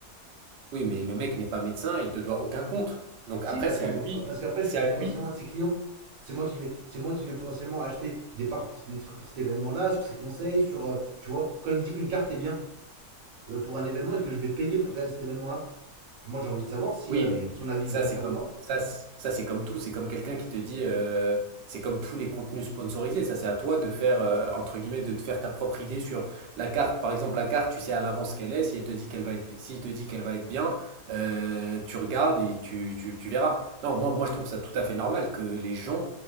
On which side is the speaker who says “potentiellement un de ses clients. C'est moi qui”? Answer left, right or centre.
Right